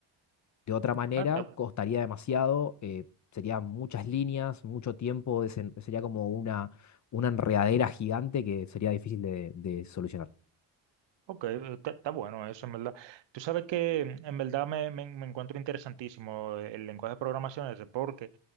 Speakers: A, on the left; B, on the right.
A: De otra manera,
B: Ah, está,
A: costaría demasiado, eh, serían muchas líneas, mucho tiempo, desen- sería como una, una enredadera gigante que sería difícil de, de solucionar.
B: ok, está, está bueno eso, en verdad. Tú sabes que en verdad me, me- me encuentro interesantísimo el lenguaje de programación ese, porque